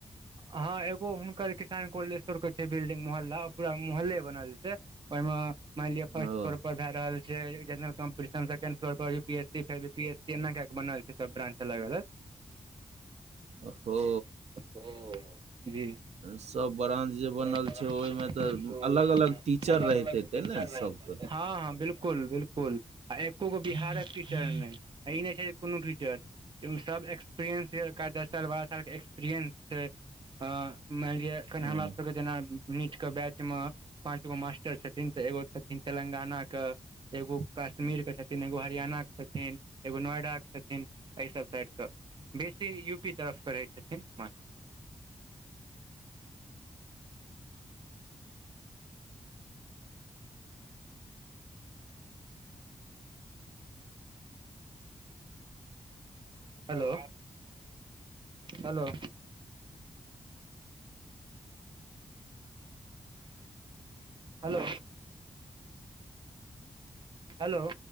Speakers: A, on the right (about 45°); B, on the right (about 80°).
A: हँ एगो हुनकर किसान कोल्डस्टोर छै बिल्डिंग मोहल्ला, पूरा मोहल्ले बनल छै, ओहि मे मानि लिय फर्स्ट
B: ओ
A: फ्लोर पर भे रहल छै जेनरल कॉम्पटिशन, सकैण्ड फलोर पर यू पी एस सी, फेर बी पी एस सी एना के क बनल छै। सब ब्रांच अलग- अलग
B: ओहो
A: ओ जी।
B: सभ ब्रांच जे
A: सब
B: बनल
A: ब्रांच
B: छै ओहिमे
A: जे बनल
B: तऽ
A: छय ओय
B: अलग
A: में
B: अलग
A: नय,
B: टीचर
A: अलग-अलग
B: रहित हेतै
A: टीजर
B: ने
A: रहेत
B: सभके
A: हेतय। हँ- हँ बिल्कुल -बिल्कुल आ एकोगो बिहारक टीचर नहि। आ ई नहि छै जे कोनो टीचर। तय में ओ सभ एक्सपीरिएंस छै, जकरा दस साल बारह सालके एक्सपीरिएंस छै। ह मानि लिय एखन हमरा
B: हँ
A: सभके जेना नीट के बैच मे पाँच गो मास्टर छथिन, तऽ एगो छथिन तेलंगाना के एगो कश्मीरके छथिन, एगो हरियाणा के छथिन, एगो नोएडाके छथिन। एहि सभ साइडके, बेसी यू पी तरफके रहै छथिन मास हेलो हेलो हेलो हेलो